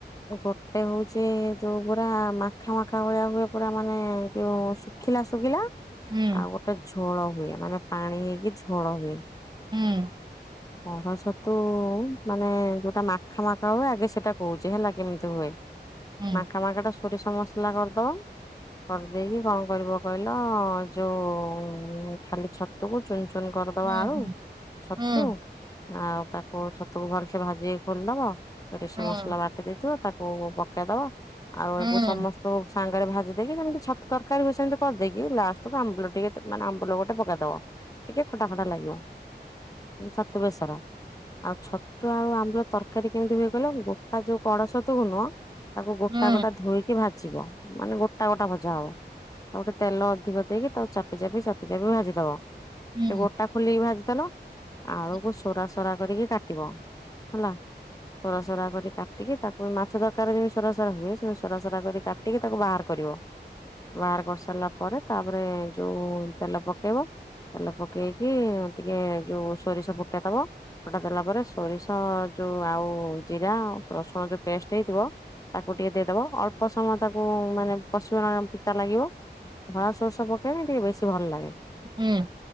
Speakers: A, on the left; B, on the right.
A: ଗୋଟେ ହଉଛି ଯୋଉ ପୁରା ମାଖା ମାଖା ଭଳିଆ ହୁଏ ପୁରା ମାନେ ଯୋଉ ଶୁଖିଲା ଶୁଖିଲା।
B: ହୁଁ।
A: ଟା ଝୋଳ ହୁଏ ମାନେ ପାଣି ହେଇକି ଝୋଳ ହୁଏ।
B: ହୁଁ
A: ପଣସ ତୁ ମାନେ ଯୋଉଟା ମାଖା ମାଖା ହୁଏ ଆଗେ ସେଟା କହୁଛି ହେଲା କେମିତି ହୁଏ।
B: ହୁଁ
A: ମାଖା ମାଖାଟା ସୋରିଷ ମସଲା କରିଦବ କରିଦେଇକି କଣ କରିବ କହିଲ ଯୋଉ ଖାଲି ଛତୁକୁ ଚୁନ ଚୁନ କରିଦବା
B: ହୁଁ
A: ଆଳୁ ଛତୁ
B: ହୁଁ ହୁଁ
A: ଆଉ ତାକୁ ଛତୁକୁ ଭଲସେ ଭାଜି ଖୋଲିଦବ। ସୋରିଷ
B: ହୁଁ
A: ମସଲା ବାଟି ଦେଇଥିବ ତାକୁ ପକେଇ ଦବା ଆଉ
B: ହୁଁ
A: ଏକୁ ସମସ୍ତ ସାଙ୍ଗରେ ଭାଜି ଦେଇ କିମିତି ଛତୁ ତରକାରୀ ହୁଏ ସେମିତି କରିଦେଇକି ଲାଷ୍ଟକୁ ଆମ୍ୱୁଲ ଟିକେ ମାନେ ଆମ୍ବୁଲ ଗୋଟେ ପକେଇଦବ। ଟିକେ ଖଟା ଖଟା ଲାଗିବ ଛତୁ ବେସର। ଆଉ ଛତୁ ଆଉ ଆମ୍ବୁଲ ତରକାରୀ କେମିତି ହୁଏ କହିଲ ଗୋଟା ଯୋଉ ପଡ ଛତୁ କୁ ନୁହଁ। ତାକୁ ଗୋଟା
B: ହୁଁ
A: ଗୋଟା ଧୋଇକି ଭାଜିବ ମାନେ ଗୋଟା ଗୋଟା ଭଜା ହବ। ଆଉ ଗୋଟେ ତେଲ ଅଧିକ ଦେଇକି ତାଉ ଚାପି ଚାପି ଚାପି ଚାପି ଭାଜିଦବ।
B: ହୁଁ
A: ସେ
B: ହୁଁ
A: ଗୋଟା ଖୋଲିକି ଭାଜିଦେଲ। ଆଳୁକୁ
B: ହୁଁ
A: ସୋରା ସରା କରିକି କାଟିବ ହେଲା। ସରାସରା କରି କାଟିକି ତାକୁ ମାଛ ତରକାରୀ ଯେମତି ସରାସରା ହୁଏ ସେମିତି ସରାସରା କରି କାଟିକି ତାକୁ ବାହାର କରିବ। ବାହାର କରି ସାରିଲା ପରେ ତାପରେ ଯୋଉ ତେଲ ପକେଇବ। ତେଲ ପକେଇକି ଟିକେ ଯୋଉ ସୋରିଷ ଫୁଟା ଦବ ଫୁଟା ଦେଲା ପରେ ସୋରିଷ। ତ ଯୋଉ ଆଉ ଜିରା ଆଉ ରସୁଣ ଯୋଉ ପେଷ୍ଟ ହେଇଥିବ ତାକୁ ଟିକେ ଦେଇଦବ ଅଳ୍ପ। ସମୟ ତାକୁ ମାନେ ପଶିବ ନା ପିତା ଲାଗିବ ଧଳା ସୋରଶ ପକେଇଲେ ଟିକେ ବେଶୀ ଭଲ ଲାଗେ।
B: ହୁଁ।